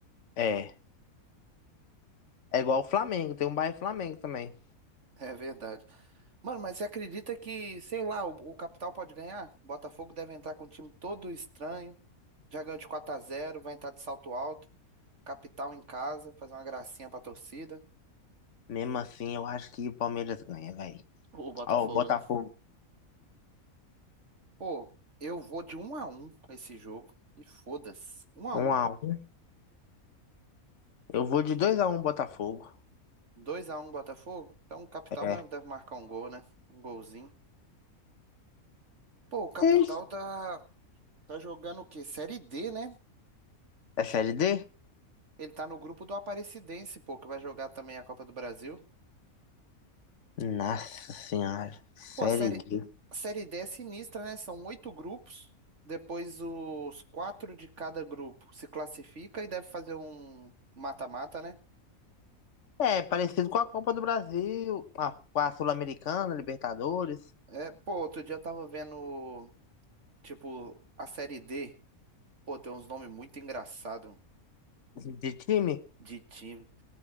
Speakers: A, on the left; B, on the right.
A: É. É igual o Flamengo, tem um bairro Flamengo também.
B: É verdade. Mano, mas você acredita que, sei lá, o, o Capital pode ganhar? Botafogo deve entrar com um time todo estranho. Já ganhou de quatro a zero, vai entrar de salto alto, capital em casa, fazer uma gracinha pra torcida.
A: Mesmo assim, eu acho que o Palmeiras ganha, velho.
B: O Botafogo,
A: Ó, o Botafogo,
B: né? Pô, eu vou de um a um esse jogo. E foda-se. 1x1.
A: um a um. Eu vou de dois a um Botafogo.
B: 2x1 Botafogo. Então o Capital
A: É.
B: vai, deve marcar um gol, né? Um golzinho. Pô, o Capital
A: Ei,
B: tá, tá jogando o quê? Série D, né?
A: É Série D?
B: Ele tá no grupo do Aparecidense, pô, que vai jogar também a Copa do Brasil.
A: Nossa Senhora. Série
B: Pô, a série,
A: D.
B: a série D é sinistra, né? São oito grupos. Depois os quatro de cada grupo se classifica e deve fazer um mata-mata, né?
A: É, parecido com a Copa do Brasil, a- com a Sul-Americana, Libertadores.
B: É, pô, outro dia eu tava vendo, tipo, a série D. Pô, tem uns nomes muito engraçados
A: Esse de time?
B: de time.